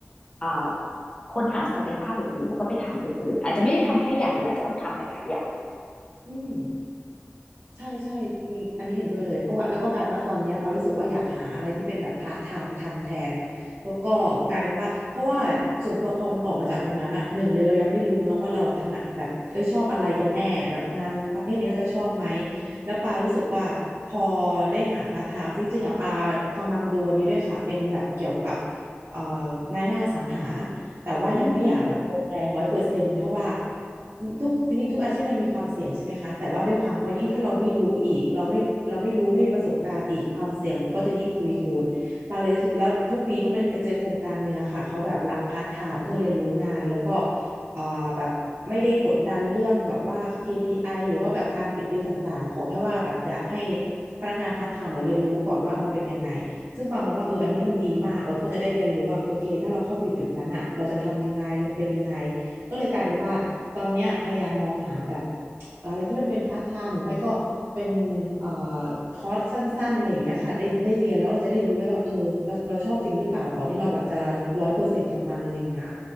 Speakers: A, on the left; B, on the right.
A: อ่าค้นหาศักยภาพอื่นๆแล้วก็ไปทำอื่นๆอาจจะไม่ได้ทำแค่อย่างเดียวอาจจะต้องทำหลายๆอย่าง
B: อืม ใช่ใช่จริงอันนี้เห็นด้วยเลยเพราะว่าแล้วก็กลายเป็นว่าตอนเนี้ยปารู้สึกว่าอยากหาอะไรที่เป็นแบบพาร์ทไทม์ทำแทนแล้วก็กลายเป็นว่าเพราะว่าส่วนตัวพอมันออกมาจากตรงนั้นอ่ะหนึ่งเลยเรายังไม่รู้เนาะว่าเราอะถนัดแบบเอ้ยชอบอะไรกันแน่แบบงานประเภทนี้เราจะชอบไหมแล้วปารู้สึกว่าพอได้หาพาร์ทไทม์จริงๆอ่ะปากำลังดูอันนี้ด้วยค่ะเป็นแบบเกี่ยวกับเอ่อนายหน้าอสังหา แต่ว่ายังไม่อยากแบบลงแรงร้อยเปอร์เซ็นต์เพราะว่า
A: อืม
B: ทุกจริงๆทุกอาชีพมันมีความเสี่ยงใช่ไหมคะแต่ว่าด้วยความพอยิ่งถ้าเราไม่รู้อีกเราไม่เราไม่รู้ไม่มีประสบการณ์อีกความเสี่ยงมันก็จะยิ่งทวีคูณปาเลยแล้วโชคดีที่มันไปเจอโครงการหนึ่งอะค่ะเขาแบบรับพาร์ทไทม์เพื่อเรียนรู้งานแล้วก็เอ่อแบบไม่ได้กดดันเรื่องแบบว่า KPI หรือว่าแบบการปิดดีลต่างๆขอแค่ว่าแบบอยากให้พนักงานพาร์ทไทม์มาเรียนรู้ก่อนว่ามันเป็นยังไง ซึ่งปามองว่าเอออันนี้มันดีมากเราก็จะได้เรียนรู้ว่าโอเคถ้าเราเข้าไปอยู่จุดนั้นอ่ะเราจะทำยังไงมันเป็นยังไงก็เลยกลายเป็นว่าตอนเนี้ยพยายามมองหาแบบอะไรที่มันเป็นพาร์ทไทม์หรือไม่ก็เป็นเอ่อคอร์สสั้นๆอะไรอย่างเงี้ยค่ะได้ได้เรียนแล้วเราจะได้รู้ได้วยว่าเออเราเราชอบจริงหรือเปล่าก่อนที่เราแบบจะร้อยเปอร์เซ็นต์กับมันอะไรอย่างเงี้ย